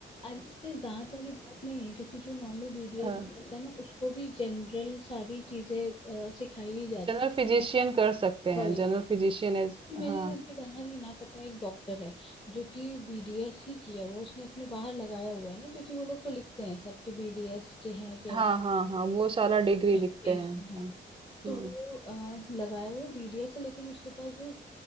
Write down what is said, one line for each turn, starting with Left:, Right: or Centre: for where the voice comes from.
Left: अरे सिर्फ दांत वाली बात नहीं है क्योंकि जो नॉर्मल बीडीएस
Right: हाँ
Left: होता है ना उसको भी जनरल सारी चीजें अ, सिखाई
Right: जनरल फिजिशियन कर सकते
Left: जाती
Right: हैं जनरल फिजिशियन
Left: मेरे
Right: हाँ
Left: घर के बाहर ही ना पता है एक डॉक्टर है जो कि बीडीएस ही किया हुआ है उसने अपने बाहर लगाया हुआ है ना क्योंकि वो लोग तो लिखते हैं सबके बीडीएस के हैं के
Right: हाँ हाँ हाँ वो सारा डिग्री
Left: एप्लीकेशन
Right: लिखते हैं हाँ,
Left: हाँ तो
Right: हम्म
Left: वो अ, लगाया हुआ बीडीएस है लेकिन उसके पास जो